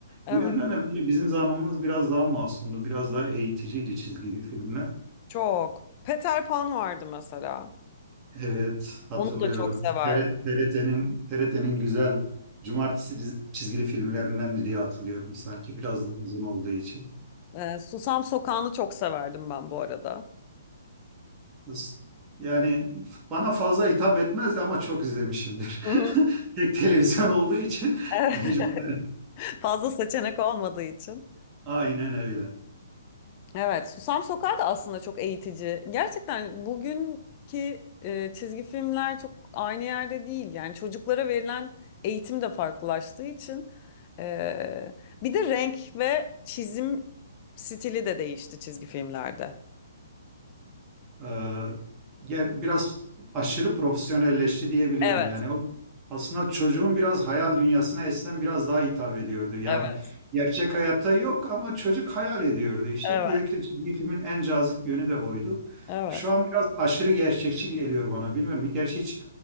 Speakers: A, on the left; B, on the right.
A: Evet.
B: Bu yönden de böyle bizim zamanımız biraz daha masumdu, biraz daha eğiticiydi çizgili filmler.
A: Çok. Peter Pan vardı mesela.
B: Evet, hatırlıyorum.
A: Onu da çok severdim.
B: TRT'nin TRT'nin güzel cumartesi diz- çizgili filmlerinden diye hatırlıyorum sanki biraz daha uzun olduğu için.
A: Ee, Susam Sokağı'nı çok severdim ben bu arada.
B: Is- Yani bana fazla hitap etmezdi ama çok izlemişimdir.
A: Hı hı.
B: <laughs> Tek televizyon olduğu için
A: <laughs>
B: <laughs> mecburen.
A: Fazla seçenek olmadığı için.
B: Aynen öyle.
A: Evet, Susam Sokağı da aslında çok eğitici. Gerçekten bugünkü e, çizgi filmler çok aynı yerde değil. Yani çocuklara verilen eğitim de farklılaştığı için. e, bir de renk ve çizim stili de değişti çizgi filmlerde.
B: Ee, gel biraz aşırı profesyonelleşti diyebilirim.
A: Evet,
B: Yani o aslında çocuğun biraz hayal dünyasına eskiden biraz daha hitap ediyordu. Yani
A: evet,
B: gerçek hayatta yok ama çocuk hayal ediyordu işte.
A: evet,
B: Belki bir filmin en cazip yönü de oydu.
A: evet.
B: Şu an biraz aşırı gerçekçi geliyor bana. Bilmiyorum. Gerçi hiç